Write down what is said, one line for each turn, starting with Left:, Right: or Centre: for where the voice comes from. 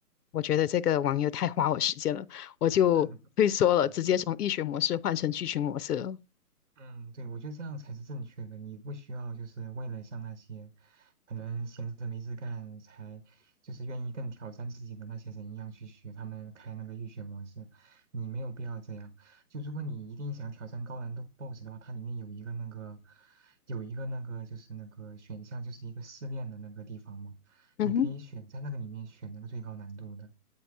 Left: 我觉得这个网游太花我时间了，我就退缩了，
Right: <laughs> 对
Left: 直接从易学模式换成剧情模式了。
Right: 嗯，对，我觉得这样才是正确的。你不需要就是为了像那些可能闲着没事干才就是愿意更挑战自己的那些人一样去学他们开那个预选模式，你没有必要这样。就如果你一定想挑战高难度 BOSS 的话，它里面有一个那个有一个那个就是那个选项，就是一个试炼的那个地方嘛，
Left: 嗯哼，
Right: 你可以选在那个里面选那个最高难度的，